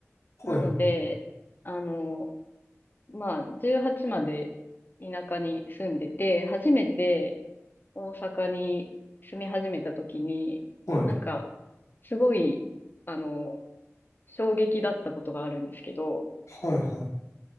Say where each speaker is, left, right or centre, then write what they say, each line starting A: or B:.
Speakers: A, on the left; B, on the left.
A: はい、
B: なので、あの、まあ、18まで田舎に住んでて、初めて大阪に住み始めた時に、
A: はい、
B: なんか、すごい、あの、衝撃だったことがあるんですけど、
A: はい、はい、はい、